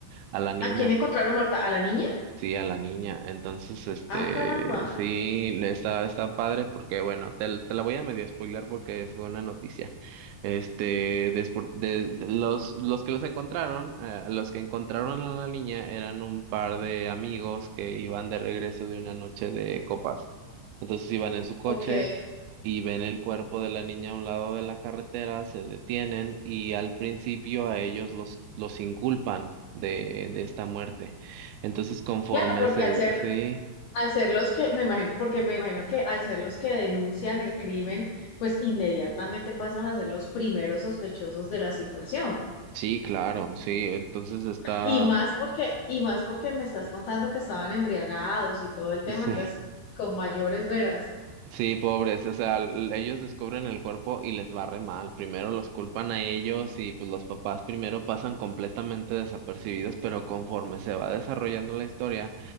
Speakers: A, on the right; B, on the left.
A: a la niña.
B: ¿A quién encontraron muerta? ¿A la niña?
A: Sí, a la niña. Entonces, este,
B: Ah, caramba.
A: sí, le está, está padre porque, bueno, te, l- te la voy a medio spoiler porque es- fue una noticia. Este, despu- de, de los, los que los encontraron, eh, los que encontraron a la niña eran un par de amigos que iban de regreso de una noche de copas. Entonces iban en su coche
B: Ok.
A: y ven el cuerpo de la niña a un lado de la carretera, se detienen y al principio a ellos los, los inculpan de, de esta muerte. Entonces, conforme
B: Claro, porque
A: se,
B: al ser,
A: sí,
B: al ser los que, me imagino, porque me imagino que al ser los que denuncian el crimen, pues inmediatamente pasan a ser los primeros sospechosos de la situación.
A: sí, claro, sí, entonces está,
B: Y más porque, y más porque me estás contando que estaban embriagados y todo el tema,
A: <laughs> sí,
B: entonces con mayores veras,
A: Sí, pobres, o sea, l- ellos descubren el cuerpo y les va re mal. Primero los culpan a ellos y pues los papás primero pasan completamente desapercibidos, pero conforme se va desarrollando la historia,